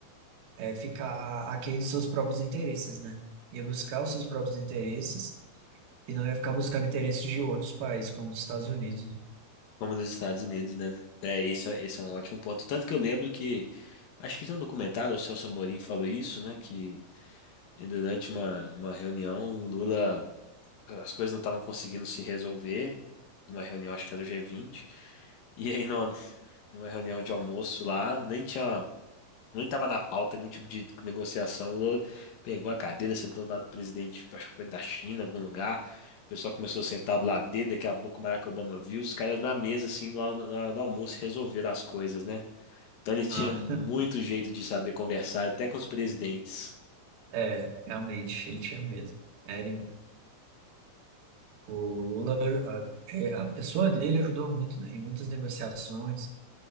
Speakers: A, on the right (about 70°); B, on the left (about 75°).
A: é, ficar aquém dos seus próprios interesses, né? Ia buscar os seus próprios interesses e não ia ficar buscando interesses de outros países, como os Estados Unidos. né?
B: Como nos Estados Unidos, né? É, isso, esse é um ótimo ponto. Tanto que eu lembro que Acho que tem um documentário, o Celso Amorim falou isso, né? Que durante uma, uma reunião, o Lula, as coisas não estavam conseguindo se resolver, numa reunião, acho que era do G20. E aí, numa, numa reunião de almoço lá, nem tinha, nem tava na pauta nenhum tipo de negociação. O Lula pegou a cadeira, sentou do lado do presidente, tipo, acho que foi da China, algum lugar. O pessoal começou a sentar do lado dele, daqui a pouco o Barack Obama viu, os caras na mesa, assim, do, do almoço, resolveram as coisas, né? Então ele tinha
A: Ah,
B: muito jeito de saber conversar, até com os presidentes.
A: é, realmente, ele tinha mesmo. Era, em- o Lula, a, é, a pessoa dele ajudou muito, né, em muitas negociações.